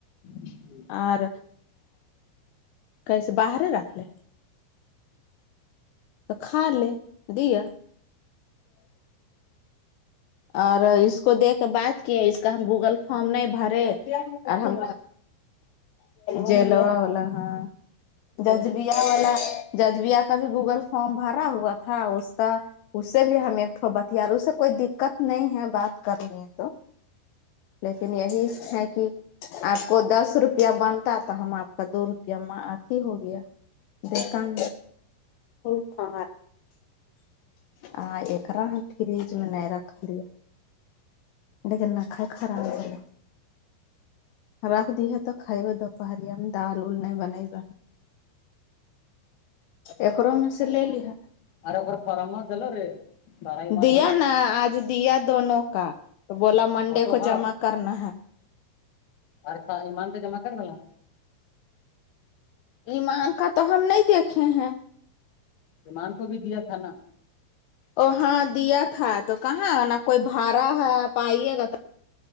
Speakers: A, on the left; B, on the left.
A: جی
B: اور کہ سے باہر ہی رکھ لے تو کھا لے دیا اور اس کو دیک کے بات کیا اس کا ہم گوگل فارم نہیں بھرے اور ہم جیلوا ہولا ہاں ججبیا والا ججبیا کا بھی گوگل فارم بھرا ہوا تھا اس کا اس سے بھی ہمیں بتار اس سے کوئی دقت نہیں ہے بات کرنی تو لیکن یہی ہے کہ آپ کو دس روپیہ بنتا تو ہم آپ کا دو روپیہ ماھی ہو گیا شیطان اور فھار ہاں ایکرا ہ فریج میں نہیں رکھ دیا لیکن نخرے خراب ہے رکھ دی تو کھائی دوپہریا میں دال وال نہیں بنبا اکڑو میں سے لے لی ہے
A: آر ار فرم مت دل رے سارا ایمان
B: دیا
A: والا
B: نا آج دیا دونوں کا تو بولا منڈے
A: فوٹو
B: کو
A: ہ
B: جمع کرنا ہے
A: آرتھر ایمان سے جمع کر بلا
B: ایمان کا تو ہم نہیں دیکھے ہیں
A: ایمان کو بھی دیا تھا نا
B: ا ہاں دیا تھا تو کہاں نا کوئی بھڑا ہے پائیے گا